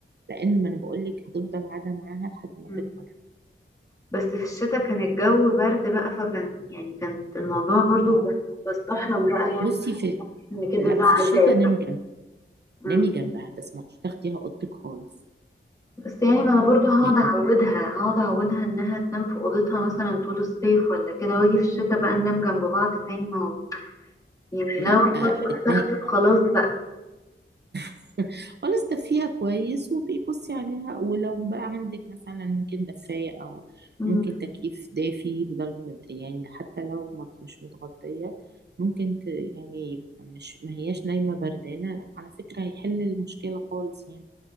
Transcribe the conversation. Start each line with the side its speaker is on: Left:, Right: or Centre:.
Right: لأن ما أنا بقولك هتفضل قاعدة معاها لحد ما
Left: مم.
Right: تكبر
Left: بس في الشتاء كان الجو برد بقى فكان يعني كان الموضوع برضو
Right: اه
Left: ب- بستحرم بقى يعني
Right: بصي في
Left: ان كده
Right: لا
Left: ده
Right: في الشتاء
Left: عذاب
Right: نامي
Left: بقى
Right: جنب
Left: مم.
Right: نامي جنبها تسمعش تاخديها أوضتك خالص
Left: بس يعني ما انا برضو هقعد
Right: يعني
Left: اعودها هقعد اعودها انها تنام في اوضتها مثلا طول الصيف ولا كده واجي في الشتاء بقى ننام جنب بعض تاني ما هو يعني
Right: لا
Left: لو الخطوة
Right: هتنامي
Left: اتاخدت خلاص بقى
Right: <laughs> خلاص دفيها كويس وبيبصي عليها ولو بقى عندك مثلا ممكن دفاية أو
Left: مم.
Right: ممكن تكييف دافي يفضل مد- يعني حتى لو ما- مش متغطية ممكن ت... يعني يبقى مش ما هياش نايمة بردانة على فكرة هيحل المشكلة خالص يعني